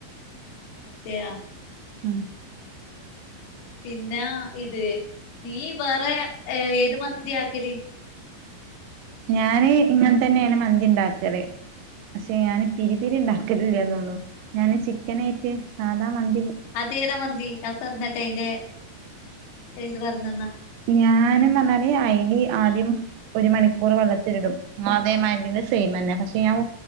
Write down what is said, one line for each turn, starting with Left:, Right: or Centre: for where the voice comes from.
Left: അതെയോ.
Right: ഉം.
Left: പിന്നെ ഇത് നീ വേറെ ഏ ഏത് മന്തിയാ ആക്കാല്.
Right: ഞാന് ഇങ്ങനെ തന്നെയാണ് മന്തി ഉണ്ടാക്കാല് പക്ഷെ ഞാന് പിരി
Left: പിന്നെ
Right: പിരിണ്ടാക്കും. ക്കില്ല എന്നുള്ളു ഞാൻ ചിക്കനായിട്ട് സാധാ മന്തി.
Left: അതേതാ മന്തി അത് പറഞ്ഞ് താട്ടെ അതിന്റെ ഇത് പറഞ്ഞ് തന്നാ.
Right: ഞാനേന്ന് പറഞ്ഞാല് അരി ആദ്യം ഒരു മണിക്കൂർ വെള്ളത്തില് ഇടും. അതേമാതിരിക്ക്ന്നെ സെയിം തന്നെ പക്ഷെ ഞാൻ